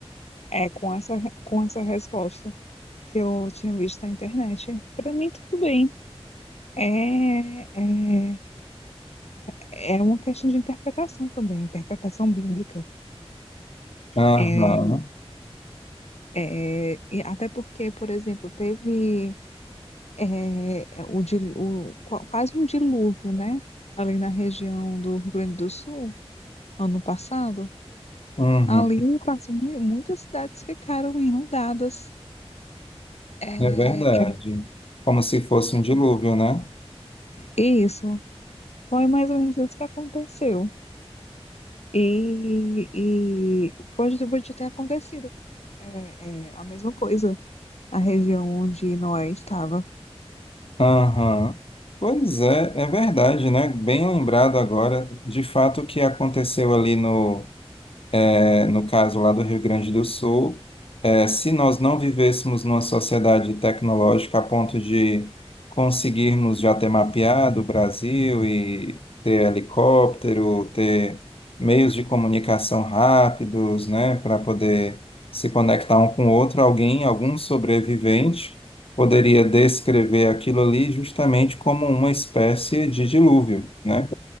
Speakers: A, on the left; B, on the left.
A: É com essa, com essa resposta que eu tinha visto na internet. Para mim, tudo bem. É, é, é, é uma questão de interpretação também, interpretação bíblica.
B: Aham.
A: É, é, e até porque, por exemplo, teve é, é, o, dilu- o- qua- quase um dilúvio, né? Ali na região do Rio Grande do Sul, ano passado.
B: Uhum.
A: Ali, quase mu- muitas cidades ficaram inundadas. É,
B: É verdade.
A: é
B: Como se fosse um dilúvio, né?
A: isso, foi mais ou menos isso que aconteceu. E, e pode, pode ter acontecido é, é, a mesma coisa na região onde Noé estava.
B: Aham. Pois é, é verdade, né? Bem lembrado agora, de fato, o que aconteceu ali no. é, no caso lá do Rio Grande do Sul, é, se nós não vivêssemos numa sociedade tecnológica a ponto de conseguirmos já ter mapeado o Brasil e ter helicóptero, ter meios de comunicação rápidos, né, para poder se conectar um com o outro, alguém, algum sobrevivente, poderia descrever aquilo ali justamente como uma espécie de dilúvio, né?